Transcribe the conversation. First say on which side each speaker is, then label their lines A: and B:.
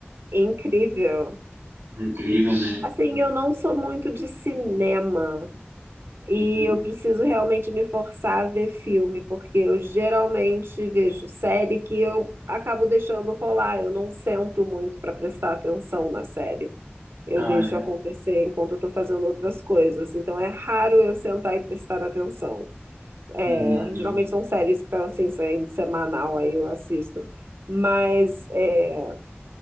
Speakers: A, on the right (about 85°); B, on the right (about 70°).
A: incrível.
B: Incrível, né?
A: Assim, eu não sou muito de cinema e
B: Uhum.
A: eu preciso realmente me forçar a ver filme, porque eu geralmente vejo série que eu acabo deixando rolar, eu não sento muito para prestar atenção na série. Eu
B: Ah,
A: deixo
B: é.
A: acontecer enquanto eu estou fazendo outras coisas, então é raro eu sentar e prestar atenção. É,
B: Hum,
A: geralmente são séries que estão assim, saindo semanal, aí eu assisto. Mas é,